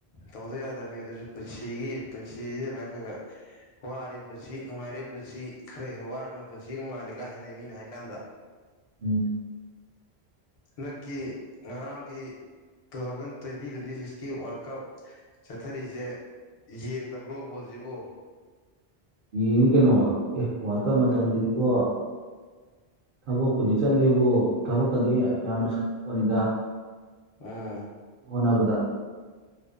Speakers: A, on the left; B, on the right.
A: ꯇꯧꯗ ꯌꯥꯗꯕꯅꯤ ꯑꯗꯨꯏꯁꯨ ꯄꯨꯟꯁꯤꯒꯤ ꯄꯨꯟꯁꯤꯁꯤ ꯑꯗꯨꯃꯥꯏꯅ ꯈꯔ ꯈ ꯋꯥꯔꯦ ꯄꯨꯟꯁꯤ ꯅꯨꯡꯉꯥꯏꯔꯦ ꯄꯨꯟꯁꯤ ꯈꯔ ꯍꯦꯛ ꯋꯥꯔꯛꯒꯅ ꯄꯨꯟꯁꯤꯒ ꯃꯥꯥꯜꯂꯤ ꯀ ꯍꯥꯏꯅꯩ ꯃꯤꯅ ꯍꯥꯏ ꯀꯥꯟꯗ
B: ꯎꯝ
A: ꯍꯟꯗꯛꯀꯤ ꯉꯔꯥꯡꯒꯤ ꯇꯨ ꯊꯥꯎꯖꯟ ꯇ꯭ꯋꯦꯟꯇꯤ ꯇ꯭ꯋꯦꯟꯇꯤ ꯁꯤꯛꯁꯀꯤ ꯋꯥꯔꯜ ꯀꯞ ꯆꯠꯊꯔꯤꯁꯦ ꯌꯦꯡꯗꯕ꯭ꯔꯣ ꯕꯣꯜꯁꯤꯕꯣ
B: ꯌꯦꯡꯉꯤ ꯀꯩꯅꯣꯕ ꯑꯦ ꯋꯥꯔ ꯀꯞ ꯃꯇꯝꯁꯤꯗꯤꯕꯣ ꯊꯕꯛꯄꯨꯗꯤ ꯆꯠꯂꯦꯕꯨ ꯊꯕꯛꯀꯗꯤ ꯌꯥꯝꯅ ꯁꯂꯛꯄꯅꯤꯗ
A: ꯑꯥ
B: ꯍꯣꯠꯅꯕꯗ